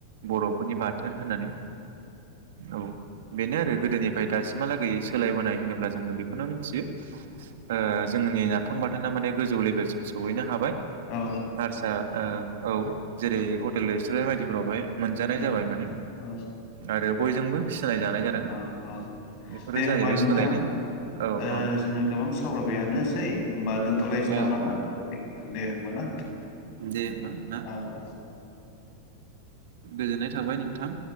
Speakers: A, on the right; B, on the left.
A: बर'फोरनि बाथोन होननानै औ। बेनो आरो गोदोनिफ्राय दासिमहालागै सोलायबोनाय होनोब्ला। जोङो बेखौनो मिथियो ओ जोंनि नफाम बा दाना माने गोजौ लेभेलसिम सहैनो हाबाय।
B: औ
A: आरसा ओ औ जेरै हटेलिस सुडेन बायदिफोरावहाय। मोनजानाय
B: औ
A: जाबाय माने
B: औ
A: आरो बयजोंबो सिनायजानाय जादों
B: औ औ
A: बेफोरो
B: दे
A: जाहैबाय
B: होमबा नोंथां
A: सोलायनाय औ
B: ओ
A: औ
B: जोङो गोबां सावरायबायानोसै होनबा दोनथ'लायसै नामा
A: औ
B: ना
A: औ
B: टपिक दे। बोना।
A: दे होमबा ना
B: औ औ।
A: गोजोननाय थाबाय नोंथां।